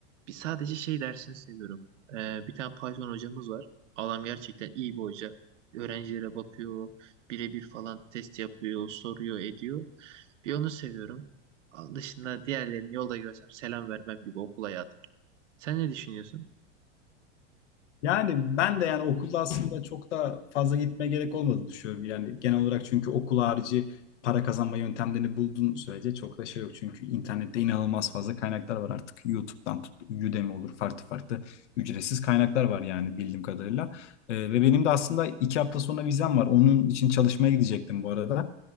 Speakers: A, on the right; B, on the left.
A: bir sadece şey dersini seviyorum. Ee, bir tane Python hocamız var. Adam gerçekten iyi bir hoca. Öğrencilere bakıyor, birebir falan test yapıyor, soruyor, ediyor. Bir onu seviyorum. Dışında diğerlerini yolda görsem selam vermem gibi okul hayatım. Sen ne düşünüyorsun?
B: Yani ben de yani okulda aslında çok da fazla gitmeye gerek olmadığını düşünüyorum. Yani genel olarak çünkü okul harici para kazanma yöntemlerini bulduğun sürece çok da şey yok. Çünkü internette inanılmaz fazla kaynaklar var artık. YouTube'dan tut, Udemy olur farklı farklı ücretsiz kaynaklar var yani bildiğim kadarıyla. Ee, ve benim de aslında iki hafta sonra vizem var. Onun için çalışmaya gidecektim bu arada.